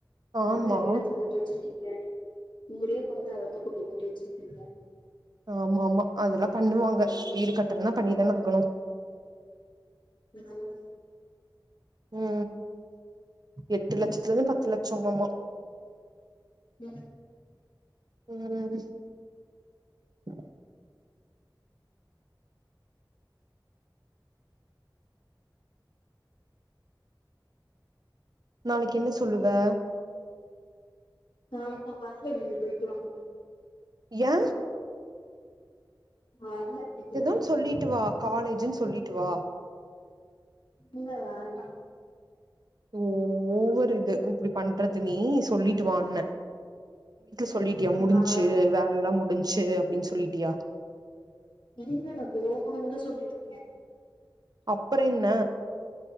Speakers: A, on the right (about 55°); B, on the left (about 80°).
A: ஆமா
B: அது கூட இது என்னத்த எ போட்டு வச்சுருக் ஊரே கொனந்து அத வந்து கூப்பி போட்டு வச்சிருக்கீங்க
A: ஆமா ஆமா அதெல்லா பண்ணுவாங்க வீடு கட்டண்னா பண்ணிதான ஆகணு
B: <unintelligible>
A: உ எட்டு லட்சத்துல இருந்து பத்து லச்ச மாமா
B: <unintelligible>
A: உ உ உ ச்சு நாளைக்கு என்ன சொல்லுவ
B: நா இப்ப வல்ல நீங்க போய்ட்டு வாங்க
A: ஏ
B: நா வரல நீ போயிட்டு
A: எதொன்
B: வாங்க
A: சொல்லிட்டு வா காலேஜுன் சொல்லிட்டு ட்டு வா
B: இல்ல வேண்டா
A: ஓ ஓவர் இது இது இப்டி பண்றது நீ சொல்லிட்டு வான்னே சொல்லிட்டியா முடிஞ்சு
B: நா வரல
A: வேல எல்லா முடிஞ்சு சே அப்டின் சொல்லிட்டியா
B: இல்ல நா போகன்னு சொல்லிருக்கே
A: அப்பற என்ன